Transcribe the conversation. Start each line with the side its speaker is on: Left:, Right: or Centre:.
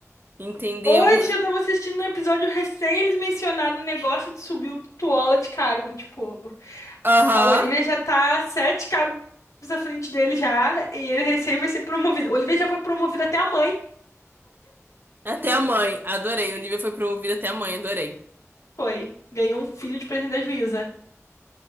Right: entendeu?
Left: Hoje eu tava assistindo um episódio recém, eles mencionaram o negócio de subir o Tuola de cargo. Tipo,
Right: Aham.
Left: a Olivia já tá sete cargos à frente dele já, e ele recém vai ser promovido. A Olivia já foi promovida até a mãe,
Right: Até a mãe, adorei. Olivia foi pro ouvido até a mãe, adorei.
Left: foi. Ganhou um filho de presente da juíza.